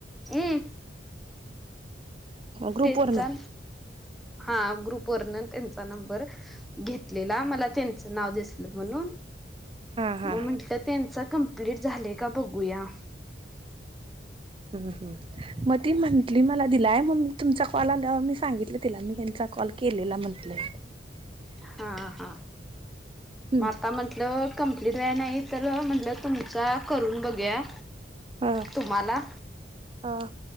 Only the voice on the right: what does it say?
ग्रुप
वरन
हा हा
ह हम मग ती म्हंटली मला दिलाय म मी तुमचा कॉल आलावर मी सांगितलं तिला मी त्यांचा कॉल केलेला म्हटलं.
हम्म
अ
अ